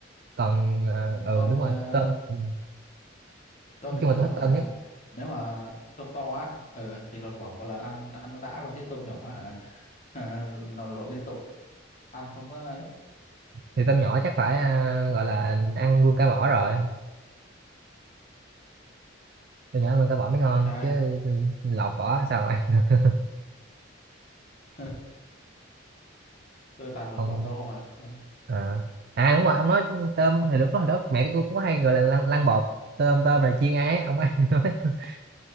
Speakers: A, on the right; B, on the left.
A: còn ờ,
B: ừ,
A: ừ
B: tôm
A: đúng
B: thì tôi
A: rồi
B: ờ,
A: tôm ừ.
B: tôm
A: nói
B: thì
A: chung
B: kiểu
A: là tôi
B: hả
A: thích tôm nhất
B: nếu mà tôm to á ờ thì lột vỏ một lần ăn ăn nó đã luôn chứ tôm nhỏ á, hả hả, lột, lột liên tục ăn không có ấy
A: thì tôm nhỏ chắc phải ờ, gọi là ăn luôn cả vỏ rồi tôm nhỏ ăn luôn cả vỏ mới ngon
B: trời
A: chứ ừ, lọc vỏ sao mà ăn <laughs>
B: ơi, <laughs> tôi toàn lột
A: còn
B: vỏ tôm không à Rồi.
A: à, à đúng rồi ông nói tôm thì đúng hồi đó mẹ của tôi cũng có hay gọi là lăn, lăn bột tôm tôm là chiên ăn ấy ông có ăn được không? <laughs>